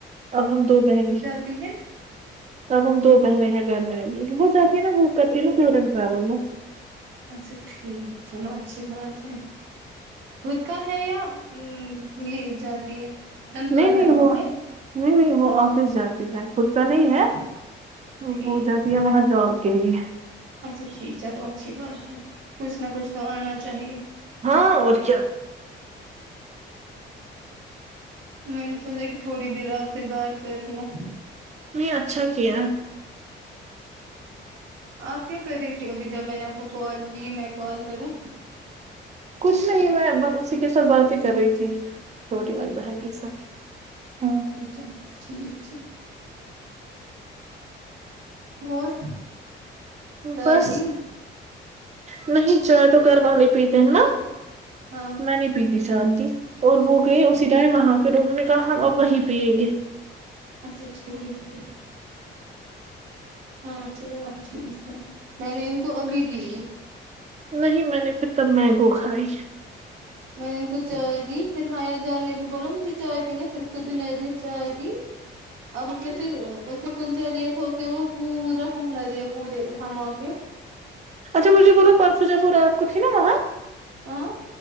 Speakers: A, on the right; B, on the right.
A: اب ہم دو بہنیں
B: ٹھیک ہے
A: اب ہم دو بہنیں ہیں گھرمیں لیکن وہ جاتی ہیں نہ بک کرتی ہیں نا ٹور اینڈ ٹریول میں
B: اچھا ٹھیک چلو اچھی بات ٹھیک خود کا ہے یاام یہ جاتی ہے امپلائی
A: نہیں نہیں
B: ہے وہاں
A: وہ
B: پہ
A: نہیں نہیں وہ آفس جاتی ہے خود کا نہیں
B: اچھا
A: ہےوہ
B: ٹھیک
A: وہ جاتی ہے وہاں جاب کے لیے
B: اچھا ٹھیک چلو اچھی بات ہے کچھ نہ کچھ تو آنا چاہئے
A: ہاں اور کیا
B: میں نے سوچا کہ تھوڑی دیر آپ سے بات کر لوں
A: میں اچھا کیا
B: آپ کیا کر رہی تھی ابھی جب میں نے آپ کو کال کی میں کال کروں
A: کچھ نہیں میں بس اسی کے ساتھ باتیں کر رہی تھی چھوٹی والی بہن کے ساتھ ہاں
B: چلو ٹھیک ٹھیک اور چائے
A: بس
B: پی
A: نہیں چائے تو گھر والے پیتے ہیں نہ
B: ہاں
A: میں نہیں پیتی شام کی اور وہ گئے اسی ٹائم وہاں پھر انہوں نے کہا ہم اب وہی پیئیں گے
B: اچھا ٹھیک ہے ہاں چلو ٹھیک ہے میں نے ان کو ابھی دی
A: نہیں میں نے پھر تب مینگو کھائی
B: میں نے ان کو چائے دی پھر ہایا جان نے بھی بولا مجھے چائے پینے پھر کھ نیر نے چائے دی اب پھر پھر اسے کلجنیا تھاکہ وہ پورا پہلا دیا پورے ہمام پہ
A: اچھا مجھے بو لو پانچجہ پور رات کو تھی نہ وہاں
B: اں